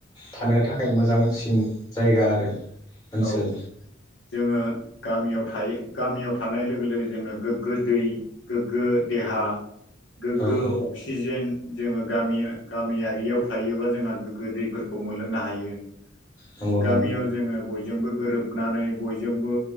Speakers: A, on the left; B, on the left.
A: थानो थाखाय मोजांसिन जायगा आरो। ओनसोल
B: औ। जोङो गामियाव थायो गामियाव थानाय लोगो लोगो जोङो गोग्गो दै गोग्गो देहा गोग्गो
A: औ औ
B: अक्सिजेन जोङो गामि गामियारियाव थायोबा जोंहा गोग्गो दैफोरखौ मोनलोंनो हायो।
A: नंगौ
B: गामियाव
A: नंगौ
B: जोङो बयजोंबो गोरोबनानै बयजोंबो